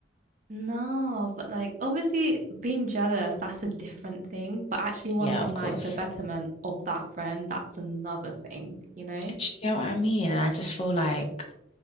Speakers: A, on the right (about 40°); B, on the left (about 30°).
A: No, but like obviously being jealous, that's a different thing. But actually wanting
B: Yeah, of
A: like
B: course.
A: the betterment of that friend, that's another thing, you know?
B: Do you get what I mean? And I just feel like